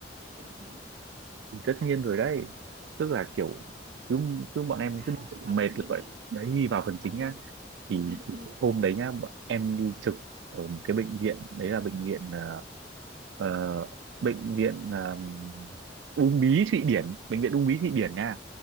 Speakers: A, on the right; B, on the right.
A: kiểu thế
B: tất nhiên rồi đấy tức là kiểu cứ cứ
A: thế
B: bọn
A: rồi
B: em
A: sao
B: cứ đi trực
A: vào
B: mệt
A: phần
B: là
A: chính
B: vậy
A: đi
B: đấy vào phần chính
A: vào vào
B: nhá thì,
A: ừ.
B: thì
A: ừ.
B: hôm đấy nhá bọn em đi trực ở một cái bệnh viện đấy là bệnh viện ờ, ờ, bệnh viện ờ, Uông Bí Thụy Điển bệnh viện Uông Bí Thụy Điển nha